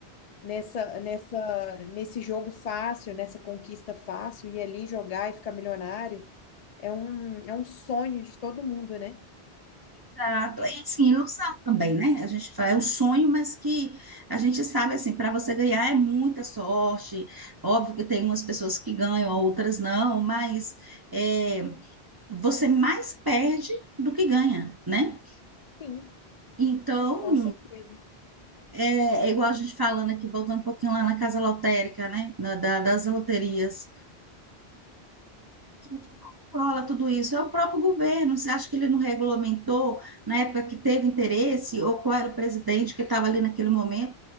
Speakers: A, on the left; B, on the right.
A: Nessa, nessa, nesse jogo fácil, nessa conquista fácil, e ali jogar e ficar milionário. É um, é um sonho de todo mundo, né?
B: Exato. É assim, ilusão também, né? A gente fala, é um sonho, mas que a gente sabe, assim, para você ganhar é muita sorte. Óbvio que tem umas pessoas que ganham, outras não, mas é, você mais perde do que ganha, né?
A: Sim,
B: Então,
A: Com certeza.
B: é, é igual a gente falando aqui, voltando um pouquinho lá na casa lotérica, né? Na- da- das loterias. Quem que controla tudo isso? É o próprio governo. Você acha que ele não regulamentou na época que teve interesse, ou qual era o presidente que estava ali naquele momento?